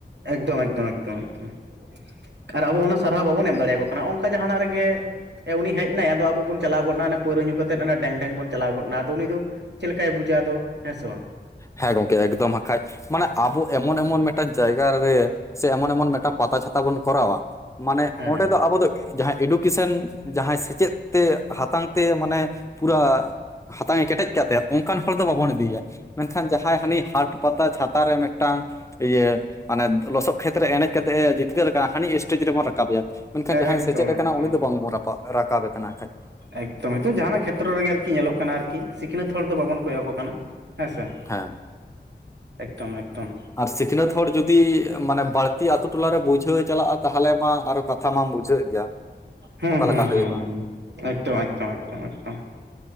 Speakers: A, on the right (about 70°); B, on the left (about 15°).
A: ᱮᱠᱫᱚᱢ ᱮᱠᱫᱚᱢ ᱮᱠᱫᱚᱢ ᱮᱠᱫᱚᱢ ᱟᱨ ᱟᱵᱚ ᱚᱱᱟ ᱥᱟᱨᱦᱟᱣ ᱵᱟᱵᱚᱱ ᱮᱢ ᱫᱟᱲᱮᱠᱚ ᱠᱟᱱᱟ, ᱚᱱᱠᱟ ᱡᱟᱦᱟᱱᱟᱜ ᱨᱮᱜᱮ ᱩᱱᱤ ᱦᱮᱡ ᱮᱱᱟᱭ ᱟᱫᱚ ᱟᱵᱚᱚᱱ ᱪᱟᱞᱟᱣ ᱜᱚᱫᱱᱟ ᱚᱱᱟ ᱯᱟᱣᱨᱟᱹ ᱧᱩ ᱠᱟᱛᱮᱫ ᱚᱱᱟᱮ ᱰᱮᱝ-ᱰᱮᱝ ᱵᱚᱱ ᱪᱟᱞᱟ ᱜᱚᱫᱱᱟ᱾ ᱟᱫᱚ ᱩᱱᱤ ᱫᱚ ᱪᱮᱫ ᱞᱮᱠᱟᱭ ᱵᱩᱡᱟ ᱟᱫᱚ ᱦᱮᱸ ᱥᱮ ᱵᱟᱝ?
B: ᱦᱮᱸ ᱜᱚᱝᱠᱮ ᱮᱠᱫᱚᱢ ᱦᱟᱠᱷᱟᱡ, ᱢᱟᱱᱮ ᱟᱵᱚ ᱮᱢᱚᱱ ᱮᱢᱚᱱ ᱢᱮᱫ ᱢᱮᱫᱴᱟᱝ ᱡᱟᱭᱜᱟ ᱨᱮ ᱥᱮ ᱮᱢᱚᱱ ᱮᱢᱚᱱ ᱢᱤᱫᱴᱟᱝ ᱯᱟᱛᱟ ᱪᱷᱟᱛᱟ ᱵᱚᱱ ᱠᱚᱨᱟᱣᱟ, ᱢᱟᱱᱮ
A: ᱦᱮᱸ
B: ᱚᱸᱰᱮ
A: ᱦᱮᱸ
B: ᱫᱚ ᱟᱵᱚ ᱫᱚ ᱡᱟᱦᱟᱸ ᱮᱰᱩᱠᱮᱥᱚᱱ ᱡᱟᱦᱟᱸᱭ ᱥᱮᱪᱮᱫ ᱛᱮ ᱦᱟᱛᱟᱝ ᱛᱮ ᱢᱟᱱᱮ ᱯᱩᱨᱟ ᱦᱟᱛᱟᱝ ᱮ ᱠᱮᱴᱮᱡ ᱠᱟᱜ ᱛᱟᱭᱟ ᱚᱱᱠᱟᱱ ᱦᱚᱲ ᱫᱚ ᱵᱟᱵᱚᱱ ᱤᱫᱮᱭᱟ᱾ ᱢᱮᱱᱠᱷᱟᱱ ᱡᱟᱦᱟᱸᱭ ᱦᱟᱹᱱᱤ ᱦᱟᱴ ᱯᱟᱛᱟ ᱪᱷᱟᱛᱟ ᱨᱮ ᱢᱤᱫᱴᱟᱝ ᱤᱭᱟᱹ ᱢᱟᱱᱮ ᱞᱚᱥᱚᱫ ᱠᱷᱮᱛᱨᱮ ᱮᱱᱮᱡ ᱠᱟᱛᱮᱜ ᱡᱤᱛᱠᱟᱹᱨ ᱠᱟᱱᱟ ᱦᱟᱹᱱᱤ ᱮᱥᱴᱮᱡ ᱨᱮᱵᱚᱱ ᱨᱟᱠᱟᱵᱮᱭᱟ᱾ ᱢᱮᱱᱠᱷᱟᱱ ᱡᱟᱦᱟᱸᱭ
A: ᱮᱠᱫᱚᱢ
B: ᱥᱮᱪᱮᱫ ᱟᱠᱟᱱᱟ
A: ᱮᱠᱫᱚᱢ
B: ᱩᱱᱤ ᱫᱚ ᱵᱟᱝᱵᱚᱱ ᱨᱟᱵ ᱨᱟᱠᱟᱵᱮ ᱠᱟᱱᱟ ᱮᱠᱷᱟᱡ᱾
A: ᱮᱠᱫᱚᱢ ᱦᱤᱛᱳᱜ ᱡᱟᱸᱦᱟᱱᱟᱜ ᱠᱷᱮᱛᱨᱚ ᱨᱮᱜᱮ ᱟᱨᱠᱤ ᱧᱮᱞᱚᱜ ᱠᱟᱱᱟ ᱟᱨᱠᱤ ᱥᱤᱠᱷᱱᱟᱹᱛ ᱦᱚᱲ ᱫᱚ ᱵᱟᱵᱚᱱ ᱠᱚᱭᱚᱜᱠᱚ ᱠᱟᱱᱟ ᱦᱮᱸ ᱥᱮ᱾
B: ᱦᱮᱸ
A: ᱮᱠᱫᱚᱢ ᱮᱠᱫᱚᱢ᱾
B: ᱟᱨ ᱥᱤᱠᱷᱱᱟᱹᱛ ᱦᱚᱲ ᱡᱩᱫᱤ ᱢᱟᱱᱮ ᱵᱟᱹᱲᱛᱤ ᱟᱛᱳ ᱴᱚᱞᱟ ᱨᱮ ᱵᱩᱡᱷᱟᱹᱣ ᱪᱟᱞᱟᱜᱼᱟ ᱛᱟᱦᱚᱞᱮ ᱢᱟ ᱟᱨᱚ ᱠᱟᱛ ᱠᱟᱛᱷᱟ ᱢᱟᱢ ᱵᱩᱡᱷᱟᱹᱣ ᱜᱮᱭᱟ
A: ᱦᱩᱸ
B: ᱚᱠᱟ
A: ᱦᱩᱸ
B: ᱞᱮᱠᱟ ᱦᱩᱭᱩᱜᱼᱟ᱾
A: ᱦᱩᱸ ᱦᱩᱸ ᱮᱠᱫᱚᱢ ᱮᱠᱫᱚᱢ ᱮᱠᱫᱚᱢ ᱮᱠᱫᱚᱢ᱾